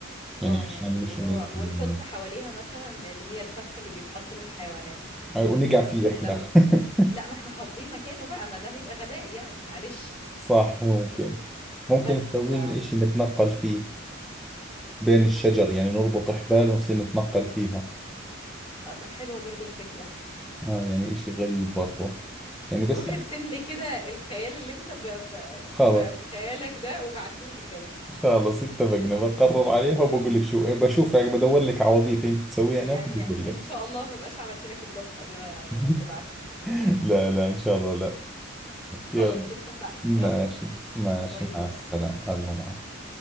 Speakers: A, in the centre; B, on the left.
A: يعني
B: اه
A: عشان
B: يعني اللي
A: مش إنه
B: هو
A: يدخل
B: ونحط
A: منه
B: حواليها مثلا اللي هي الفخ اللي بيتحط للحيوانات
A: أي- ونقع
B: عشان
A: فيه إحنا
B: لو
A: <laughs>
B: لا ما احنا حافظين مكانه بقى ما ده هيبقى غباء يعني معلش
A: صح ممكن ممكن
B: بس
A: تسوي
B: ف
A: لنا إشي نتنقل فيه بين الشجر يعني نربط حبال ونصير نتنقل فيها
B: آه، لا حلوة برضو الفكرة
A: آه يعني إشي غريب برضه يعني بس
B: روح ارسم لي كده الخيال اللي انت ب... ب...
A: خلص
B: في في خيالك ده وبعتولي كده
A: خلص اتفقنا بقرر عليها وبقول لك شو بشوف بدور لك على وظيفة انت تسويها
B: يعني
A: هناك وبقول
B: ان
A: لك
B: شاء الله ما بقاش عملت لك بلوك قبل ما يعني
A: <laughs>
B: تبعت لي
A: لا لا إن شاء الله لا يلا
B: خلاص اتفقنا
A: ماشي
B: يلا
A: ماشي
B: باي باي
A: مع السلامة الله معك